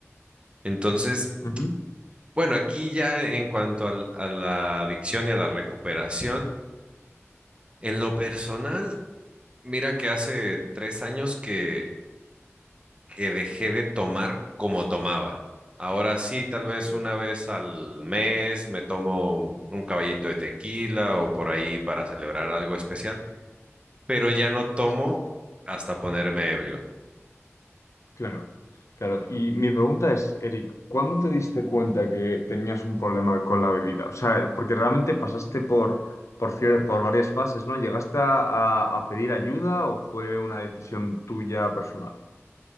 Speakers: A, on the right; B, on the left.
A: Entonces,
B: ujú,
A: bueno, aquí ya en cuanto al- a la adicción y a la recuperación, en lo personal, mira que hace tres años que, que dejé de tomar como tomaba. Ahora sí, tal vez
B: sí,
A: una vez al mes me tomo un caballito de tequila o por ahí para celebrar algo especial pero ya no tomo
B: sí,
A: hasta ponerme ebrio.
B: Claro, claro. Y mi pregunta es, Eric, ¿cuándo te diste cuenta que tenías un problema con la bebida? O sea, porque realmente pasaste por, por, cier- por varias fases, ¿no? ¿Llegaste a, a a pedir ayuda o fue una decisión tuya personal?